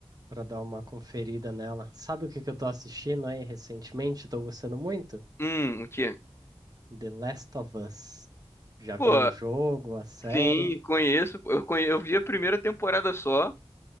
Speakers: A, on the right; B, on the left.
A: para dar uma conferida nela. Sabe o que que eu tô assistindo aí recentemente? Tô gostando muito?
B: Hum, o quê?
A: The Last of Us. Já
B: Pô,
A: viu o jogo, a série?
B: sim, conheço. Eu, conhe- eu vi a primeira temporada só.